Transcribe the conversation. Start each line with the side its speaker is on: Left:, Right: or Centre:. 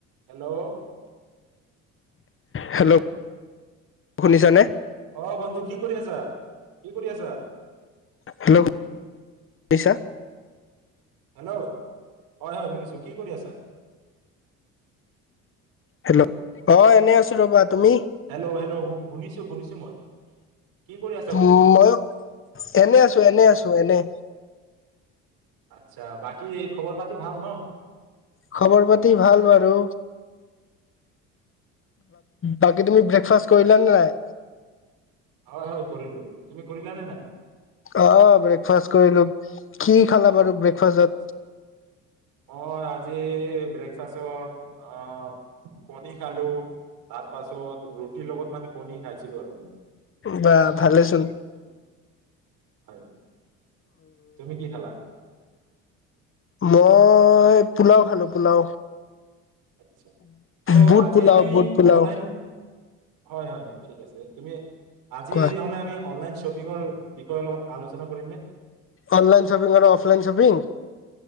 Right: হেল্ল'?
Left: হেল্ল' শুনিছা নে?
Right: অ' বন্ধু কি কৰি আছা কি কৰি আছা?
Left: হেল্ল' শুনিছা?
Right: হেল্ল' হয় হয় শুনিছো, কি কৰি আছা?
Left: হেল্ল' অ' এনেই আছো ৰবা, তুমি?
Right: হেল্' হেল্ল শুনিছো শুনিছো মই। কি কৰি আছা কলো
Left: উ মই এনে আছো এনে আছো, চ এনে
Right: আচ্ছা বাকী খবৰ পাতি ভাল ন?
Left: খবৰ পাতি ভাল বাৰু। বাকী তুমি ব্ৰেকফাষ্ট কৰিলা নে নাই?
Right: হয় হয় কৰিলো, তুমি কৰিলানে নাই!
Left: অ' ব্ৰেকফাষ্ট কৰিলো, কি খালা বাৰু? ব্ৰেকফাষ্টত
Right: আচ্ছা অ' জি ব্ৰেকফাষ্টত অ' কণী খালো, তাৰ পাছত ৰুটিৰ লগত মানে কণী খাইছিলো আৰু মানে।
Left: বা
Right: সেইটোৱে
Left: ভালে চোন,
Right: আছিলে। হয় তুমি কি খালা?
Left: মই পোলাও খালো পোলাও।
Right: আচ্ছা ত'
Left: বুট
Right: আজি
Left: পোলাও
Right: আমি
Left: বুট পোলাও,
Right: অনলাইন হয় হয় ঠিক আছে, তুমি আজি
Left: কোৱা
Right: নহ'লে আমি অনলাইন শ্বপিংমলৰ বিষয়ে অলপ আলোচনা কৰিম নে?
Left: অনলাইন শ্বপিং আৰু অফলাইন শ্বপিং।